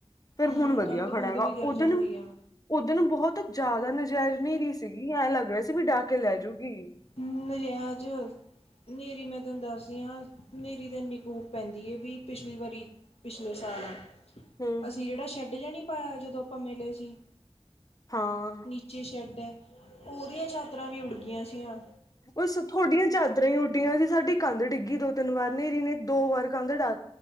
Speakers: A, on the left (about 35°); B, on the left (about 80°).
A: ਫਿਰ
B: ਹਮ
A: ਹੁਣ ਵਧੀਆ
B: ਕੰਧ ਕੁੰਧ
A: ਖੜਾ ਵਾ
B: ਵੀ ਗਿਰ
A: ਉਧਣ-
B: ਜਾਂਦੀ ਆ
A: ਉਧਣ ਬਹੁਤ ਜ਼ਿਆਦਾ ਨਜਾਇਜ਼ ਨਹੀ ਰਹੀ। ਸੀ ਗੀ ਐਂ ਲੱਗ ਰਿਹਾ ਸੀ ਵੀ ਡਾਹ ਕੇ ਲੈਜੂਗੀ
B: ਨਿਯਜ ਹਾਨੇਰੀ ਮੈਂ ਤੈਨੂੰ ਦੱਸਦੀ ਹਾਂ ਹਨੇਰੀ ਤੇ ਇੰਨੀ ਕੂਫ ਪੈਂਦੀ ਹੈ। ਵੀ ਪਿਛਲੀ ਵਾਰੀ ਪਿਛਲੇ ਸਾਲ ਆ
A: ਹੂੰ
B: ਅਸੀਂ ਜਿਹੜਾ ਛੱਡ ਜਾਣੀ ਹਾ ਜਦੋਂ ਆਪਾਂ ਮਿਲੇ ਸੀ
A: ਹਾਂ
B: ਨੀਚੇ ਸ਼ੈਡ ਹੈ। ਉਹਦੀਆਂ ਚਾਦਰਾਂ ਵੀ ਉਡ ਗਈਆਂ। ਗੀਆਂ ਸੀ ਆਂ-
A: ਵੇਸੇ ਤੁਹਾਡੀਆਂ ਚਾਦਰਰਾਾਂ ਹੀ ਉੱਡੀਆਂ ਸਾਡੀ ਕੰਧ ਡਿੱਗੀ ਦੋ ਤਿੰਨ ਵਾਰ ਹਨੇਰੀ ਨੇ ਦੋ ਵਾਰ ਕੰਧ ਡਾ